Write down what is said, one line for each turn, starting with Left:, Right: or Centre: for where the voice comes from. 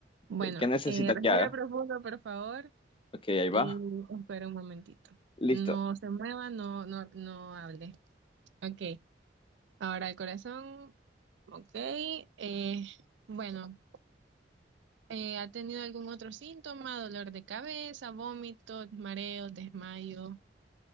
Right: Bueno,
Left: ¿Qué, qué necesita
Right: eh, respira
Left: que haga?
Right: profundo, por favor.
Left: Ok, ahí va,
Right: Y espera un momentito.
Left: listo.
Right: No se mueva, no, no, no hable. Ok, ahora el corazón. Ok, eh, bueno, eh, ¿ha tenido algún otro síntoma? Dolor de cabeza, vómitos, mareos, desmayo,